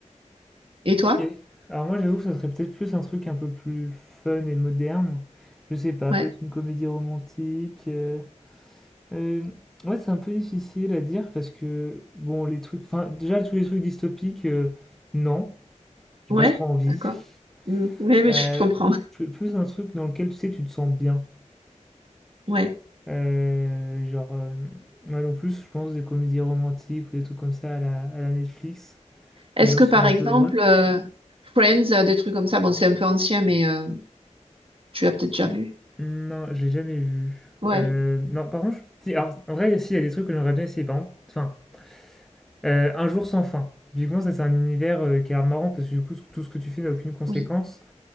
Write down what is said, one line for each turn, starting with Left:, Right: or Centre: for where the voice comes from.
Right: Et toi?
Centre: Ok. Alors moi, j'avoue que ça serait peut-être plus un truc un peu plus fun et moderne. Je sais pas,
Right: Ouais.
Centre: peut-être une comédie romantique, euh, Heu, ouais, c'est un peu difficile à dire parce que, bon, les trucs enfin, déjà tous les trucs dystopiques, heu, non, j'ai
Right: Ouais,
Centre: pas trop envie.
Right: d'accord.
Centre: <laughs>
Right: Mm. Oui, mais
Centre: Heu,
Right: je comprends.
Centre: je plus un truc dans lequel, tu sais, tu te sens bien.
Right: Ouais.
Centre: Heu, genre, hem, ouais, donc plus, je pense, des comédies romantiques ou des trucs comme ça à la à la Netflix,
Right: Est-ce
Centre: où les gens
Right: que
Centre: sont
Right: par
Centre: un
Right: exemple,
Centre: peu heureux.
Right: euh, Friends, euh, des trucs comme ça, bon, c'est un peu ancien, mais euh, tu l'as peut-être déjà vu.
Centre: Non, j'ai jamais vu.
Right: Ouais,
Centre: Heu, non, par contre, je si, alors, en vrai, si, il y a des trucs que j'aimerais bien essayer. Par exemple, enfin, Euh, un jour sans fin. Typiquement, ça c'est un univers euh, qui est marrant parce que du coup, tout ce que tu fais n'a aucune conséquence.
Right: oui,